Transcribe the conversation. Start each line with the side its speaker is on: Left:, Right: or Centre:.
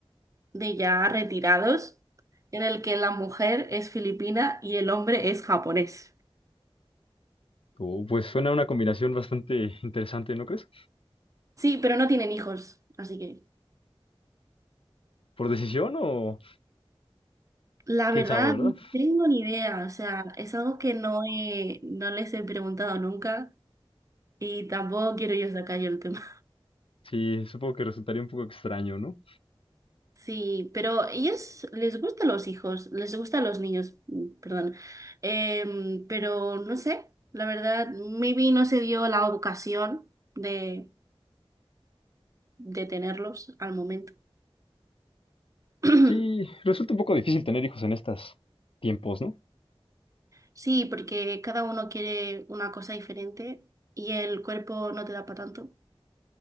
Right: de ya retirados en el que la mujer es filipina y el hombre es japonés.
Left: Oh, pues suena una combinación bastante interesante, ¿no crees?
Right: Sí, pero no tienen hijos, así que
Left: ¿Por decisión o
Right: la
Left: quién
Right: verdad
Left: sabe, verdad?
Right: no tengo ni idea, o sea, es algo que no he- no les he preguntado nunca y tampoco quiero yo sacar yo el tema.
Left: Sí, supongo que resultaría un poco extraño, ¿no?
Right: Sí, pero ellas les gustan los hijos, les gustan los niños, mm, perdón. Em, pero no sé, la verdad, maybe no se dio la ocasión de, de tenerlos al momento. <clears throat>
Left: Sí, resulta un poco difícil tener hijos en estos tiempos, ¿no?
Right: Sí, porque cada uno quiere una cosa diferente y el cuerpo no te da para tanto.